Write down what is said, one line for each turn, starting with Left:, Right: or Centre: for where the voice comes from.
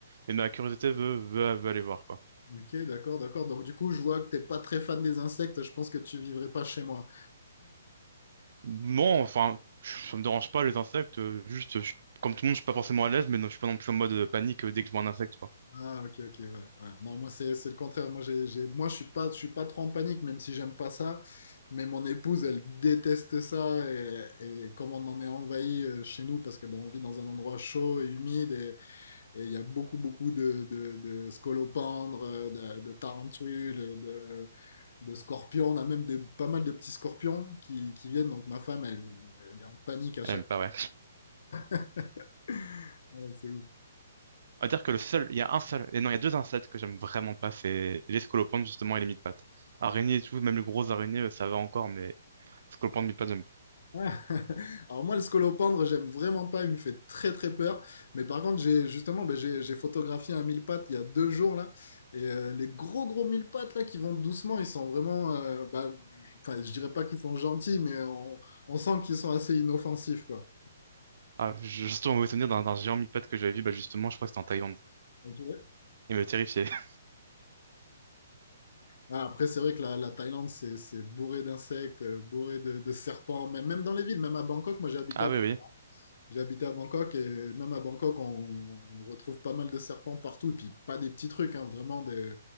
Right: Mais ma curiosité veut, veut, veut aller voir, quoi.
Left: Ok, d'accord, d'accord. Donc, du coup, je vois que t'es pas très fan des insectes, je pense que tu vivrais pas chez moi.
Right: Non, enfin, je- ça me dérange pas les insectes. euh, Juste, je- comme tout le monde, je suis pas forcément à l'aise, mais non, je suis pas non plus en mode euh, panique euh, dès que je vois un insecte, quoi.
Left: Ah, ok, ok, ouais, ouais. Non, moi, c'est c'est le contraire. Moi, j'ai, j'ai- moi, je suis pas, je suis pas trop en panique, même si j'aime pas ça. Mais mon épouse, elle déteste ça. Et, et comme on en est envahi euh, chez nous, parce que ben, on vit dans un endroit chaud et humide, et et il y a beaucoup, beaucoup de, de, de scolopendres, euh, de, de tarentules, de, de scorpions. On a même des, pas mal de petits scorpions qui, qui viennent. Donc, ma femme, elle, elle est en panique à chaque
Right: Elle aime pas, ouais.
Left: fois. <laughs>
Right: On va dire que le seul, il y a un seul, et non, il y a deux insectes que j'aime vraiment pas, c'est les scolopendres, justement, et les mille-pattes. Araignées et tout, même les grosses araignées, euh, ça va encore, mais Skopant mi pas.
Left: Ouais. <laughs> Alors moi, le scolopendre, j'aime vraiment pas, il me fait très très peur. Mais par contre, j'ai justement, ben, j'ai j'ai photographié un mille pattes il y a deux jours là, et euh, les gros gros mille pattes là qui vont doucement, ils sont vraiment, euh, bah, je- enfin, je dirais pas qu'ils sont gentils, mais on, on sent qu'ils sont assez inoffensifs quoi.
Right: Ah, j'ai surtout un mauvais souvenir d'un d'un géant mi-pattes que j'avais vu, bah justement, je crois que c'était en Thaïlande.
Left: Ok.
Right: Il me terrifiait. <laughs>
Left: Voilà, après, c'est vrai que la, la Thaïlande, c'est c'est bourré d'insectes, euh, bourré de, de serpents, mais même dans les villes, même à Bangkok, moi j'ai habité
Right: Ah oui, oui.
Left: J'ai habité à Bangkok et même à Bangkok, on retrouve pas mal de serpents partout. Et puis pas des petits trucs, hein, vraiment des,